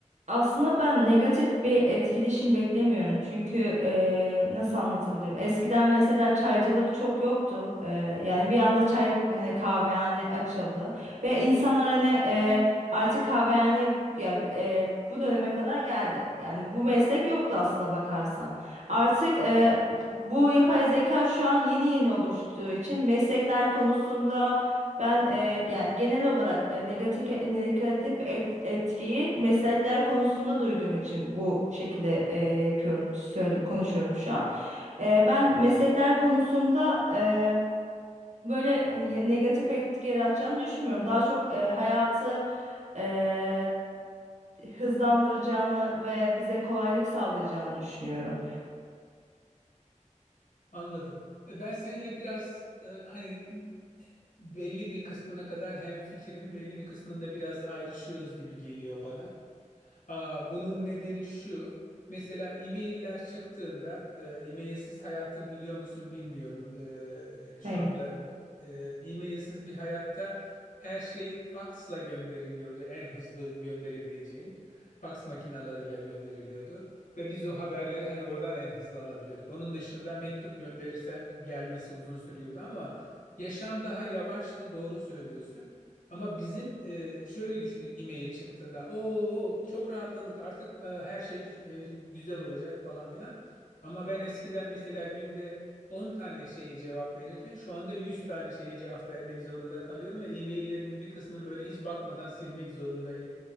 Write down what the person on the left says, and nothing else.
Anladım. E, Ben seninle biraz e, hani belli bir kısmına kadar hem fikrim, belli bir kısmında biraz ayrışıyoruz gibi geliyor bana. Aa, bunun nedeni şu. Mesela e-mailler çıktığında, e, e-mailsiz hayatı biliyor musun bilmiyorum. E, şu
anda e, e-mailsiz bir hayatta her şey faksla gönderiliyordu. En hızlı gönderebileceğin faks makinalarıyla gönderiliyordu. Ve biz o haberleri hani oradan en hızlı alabiliyorduk. Onun dışında mektup gönderirsen gelmesi uzun sürüyordu ama yaşam daha yavaştı, doğru söylüyorsun. Ama bizim e, şöyle düşündük e-mail çıktığında. Oo çok rahatladık artık e, her şey e, güzel olacak falan filan. Ama ben eskiden mesela günde 10 tane şeye cevap verirken şu anda 100 tane şeye cevap vermek zorunda kalıyorum ve e-maillerimin bir kısmını böyle hiç bakmadan silmek zorundayım.